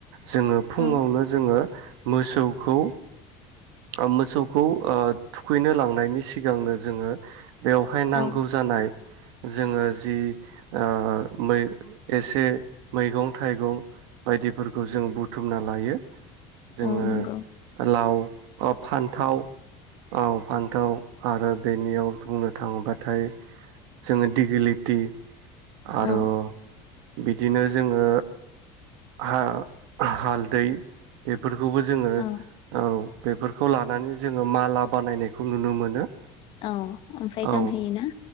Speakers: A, on the right (about 80°); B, on the left (about 45°).
A: जोङो फुङावनो
B: औ
A: जोङो मोसौखौ ओ मोसौखौ ओ थुखैनो लांनायनि सिगांनो जोङो बेवहाय नांगौ
B: औ
A: जानाय जोङो जि ओ मैग एसे मैगं थाइगं बायदिफोरखौ जों बुथुमना लायो। जोङो
B: औ नंगौ
A: लाव औ फान्थाव औ फान्थाव आरो बेनियाव बुंनो थाङोब्लाथाय जोङो दिगिलिथि
B: औ
A: आरो बिदिनो जोङो हा-हालदै बे बेफोरखौबो जोङो
B: औ
A: औ बेफोरखौ लानानै जोङो माला बानायनायखौ नुनो मोनो।
B: औ ओमफ्राय
A: औ
B: गानहोयोना।